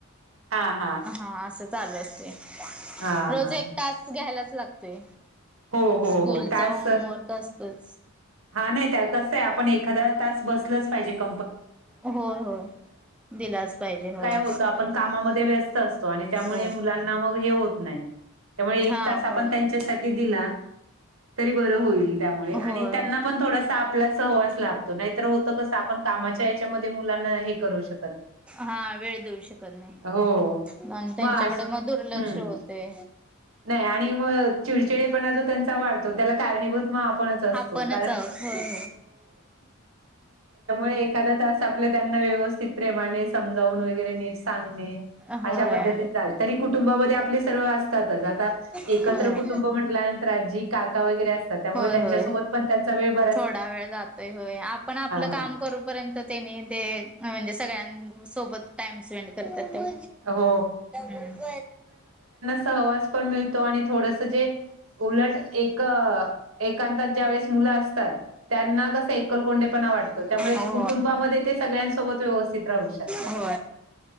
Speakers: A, on the right; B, in the centre.
A: हा
B: हा असं चालू असते
A: हा
B: रोज
A: हा
B: एक तास घ्यायलाच लागतोय
A: हो हो
B: स्कूलचा
A: हो तास
B: होमवर्क असतोच
A: हा नाही त्या कसं आहे आपण एखादा तास बसतो क
B: होय होय दिलाच पाहिजे होय
A: मु व कामामध्ये व्यस्त असतो आणि त्यामुळे
B: होय.
A: मुलांना मग हे होत नाही त्यामुळे एक
B: हा
A: तास
B: होय
A: आपण त्यांच्यासाठी दिला तरी बर होईल त्यामुळे आणि
B: होय
A: आपण थोडसा आपला सहवास लातो नाहीतर होत कस आपण कामाच्या याच्यामध्ये मुलांना हे करू शकतो
B: हा वेळ देऊ शकत नाही
A: हो
B: प त्यांच्याकडे
A: मग अश
B: मग दुर्लक्ष
A: हम्म.
B: होते
A: नाही आणि मग चिडचिडेपणा जो त्यांचा वाढतो त्याला कारणीभूत मग आपण त्या
B: आपणच आहोत होय
A: एखा तास आपलं त्यांना व्यवस्थित प्रेमाने समजावून वगैरे नीट सांगणे
B: होय
A: अशा पद्धतीन चाल तरी कुटुंबामध्ये आपले सर्व ता एकत्र
B: होय.
A: कुटुंब म्हटल्यानंतरी काका वगैरे असतात त्यामुळे
B: होय
A: त्यांच्यासोबत
B: होय.
A: पण त्यांचा वेळ भर
B: थोडा वेळ जातय होय आपण आपलं काम
A: हा
B: करूपर्यंत त्यांनी ते म्हणजे सगळ्यां सोबत टाइम स्पेंड करतात ते
A: हो
B: तट
A: वा पणतो आणि थोडस जे उलट एक ांतात ज्या वेळेस मुलं असतात त्यांना कसं एकलकोंडेपणा वाटतो त्यामुळे
B: हो.
A: कुटुंबामध्ये ते सगळ्यांसोबत व्यवस्थित राहू शकतात
B: हो